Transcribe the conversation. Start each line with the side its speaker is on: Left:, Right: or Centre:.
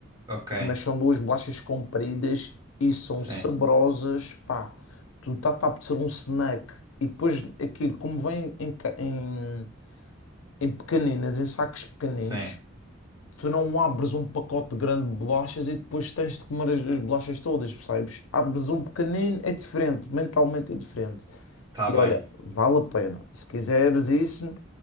Right: Ok,
Left: mas são duas bolachas compridas e são
Right: sim,
Left: saborosas, pá, tu tá tá a ser um snack. E depois aquilo, como vem em, ca- em, em pequeninas, em sacos pequeninos,
Right: sim.
Left: tu não abres um pacote grande de bolachas e depois tens de comer as, as bolachas todas, percebes? Abres um pequenino, é diferente, mentalmente é diferente.
Right: Tá
Left: E
Right: bem,
Left: olha, vale a pena. Se quiseres isso,